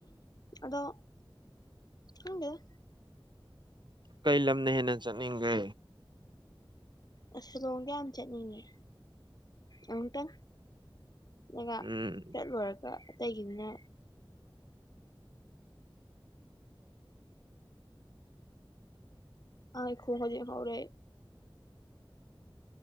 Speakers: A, on the left; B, on the right.
A: ꯑꯗꯣ ꯈꯪꯗꯦꯗ
B: ꯀꯩ ꯂꯝꯅ ꯍꯦꯟꯅ ꯆꯠꯅꯤꯡꯒꯦ
A: ꯑ ꯁꯤꯨꯂꯣꯡꯗ ꯌꯥꯝ ꯆꯠꯅꯤꯡꯉꯦ ꯑꯃꯨꯛꯇꯪ ꯅ
B: ꯎꯝ
A: ꯆꯠꯂꯨꯔꯒ ꯑꯇꯩꯒꯤꯅ <unintelligible>